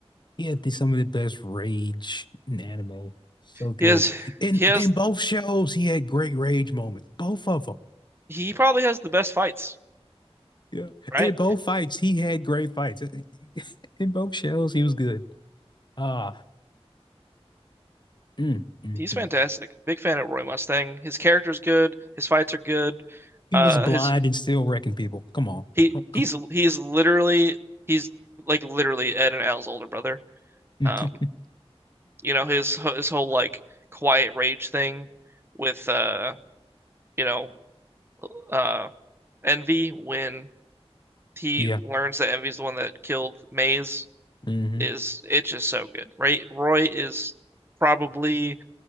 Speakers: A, on the left (about 45°); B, on the right (about 20°).
A: He had the, some of the best rage in anime. So good.
B: He has
A: In
B: he has
A: in both shows, he had great rage moments. Both of them.
B: he probably has the best fights,
A: Yeah.
B: right?
A: In both fights, he had great fights. <laughs> In both shows, he was good. Ah, mm, mm,
B: He's
A: mm.
B: fantastic. Big fan of Roy Mustang. His character's good. His fights are good.
A: He
B: Uh,
A: was blind
B: his
A: and still wrecking people. Come on.
B: he
A: Come, come.
B: he's he's literally he's like literally Ed and Al's older brother.
A: <laughs> Mhm.
B: Um, you know his his whole like quiet rage thing with uh you know uh Envy when he
A: Yeah.
B: learns that Envy's the one that killed Maze
A: hmm
B: is it's just so good, right? Roy is probably